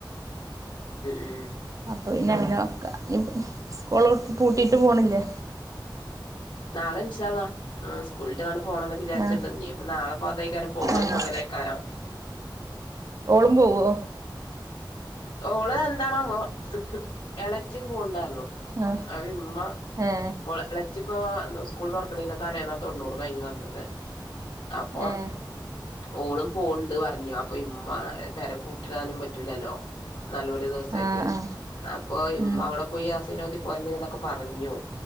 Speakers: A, on the left; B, on the right.
A: ഉം ഉം.
B: അപ്പോ ഇനി പിന്നെ വെക്കാ സ്കൂള് എവിടുക്കും പൂട്ടിട്ട് പോണില്ലെ.
A: നാളെ ഇൻഷാ അള്ളാ. ആഹ് സ്കൂള് വിട്ട് വന്നു പോണം എന്നോക്കെ വിചാരിച്ചട്ടിണ്ട്
B: ആഹ്
A: ഇനീ ഇപ്പ നാളെ അതേക്കാരം
B: ആഹ്
A: സോയല്.
B: ഓളും പോവോ?
A: ഓള് എന്താണാവോ എളച്ചിയും പോവുണ്ട് പറഞ്ഞു.
B: ആഹ്
A: അത് ഉമ്മ
B: ഏഹ്
A: ഓള് എളച്ചി ഇപ്പോൾ സ്കൂൾ തുറക്കണീന്റെ തലേന്നാ തൊണ്ണൂറ് കഴിഞ്ഞ് വന്നത് അപ്പോ.
B: ഏഹ്
A: ഓളും പോണുണ്ട് പറഞ്ഞു അപ്പോ ഇമ്മ പെര പൂട്ടിടാനും പറ്റൂലല്ലോ. നല്ലൊരു ദിവസ ആയിട്ട്
B: ആഹ് ആഹ്
A: അപ്പോ ഇമ്മ
B: ഉം
A: അവിടെ പോയി യാസീനോതി പോരണ്ട് എന്നൊക്കെ പറഞ്ഞു